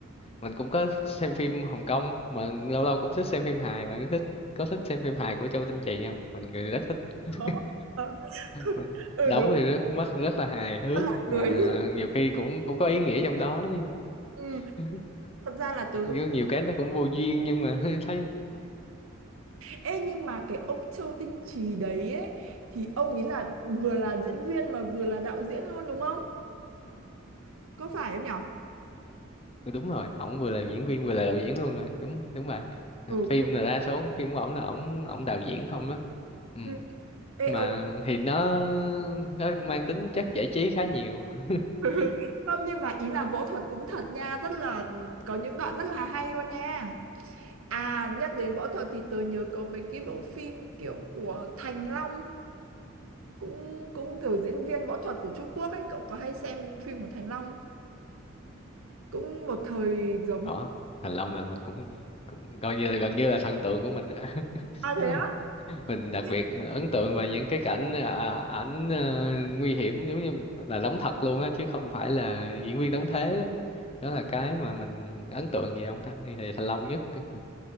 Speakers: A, on the left; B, on the right.
A: mình cũng có thích xem phim Hồng Kông mà lâu lâu cũng thích xem phim hài bạn có thích có thích xem phim hài của Châu Tinh Trì không mình người rất thích <laughs>
B: Có. Ờ. <laughs>
A: Mình-
B: ừ
A: đóng
B: đúng
A: thì rất mắt rất là hài hước
B: rất là
A: và
B: cười
A: nhiều khi cũng cũng có ý nghĩa trong đó chứ
B: ừ,
A: <laughs>
B: thật ra là tớ
A: nhiều, nhiều cái nó cũng vô duyên nhưng mà <laughs> thấy
B: Ê nhưng mà cái ông Châu Tinh Trì đấy ấy, thì ông ấy là vừa là diễn viên mà vừa là đạo diễn luôn đúng không? Có phải không nhở?
A: Ừ, đúng rồi ổng vừa là diễn viên vừa là đạo diễn luôn rồi đúng đúng vậy
B: ừ
A: phim
B: kiểu-
A: là đa số phim của ổng là ổng ổng đạo diễn không đó ừ.
B: Ừ. Ê
A: mà
B: ông
A: thì nó nó mang tính chất giải trí khá nhiều <laughs>
B: <laughs> không nhưng mà ý là võ thuật cũng thật nha, rất là có những đoạn rất là hay luôn nha. À nhắc đến võ thuật thì tớ nhớ có mấy cái bộ phim kiểu của Thành Long cũng cũng kiểu diễn viên võ thuật của Trung Quốc ấy, cậu có hay xem phim của Thành Long không? Cũng một thời giống
A: đó Thành Long là mình cũng cũng coi như là gần như là thần tượng của mình á.
B: À
A: <laughs>
B: thế
A: mình đặc
B: á?
A: biệt ấn tượng về những cái cảnh à, ảnh ờ, nguy hiểm giống như là đóng thật luôn á chứ không phải là diễn viên đóng thế đó, đó là cái mà mình ấn tượng về ông Th về Thành Long nhất ừ,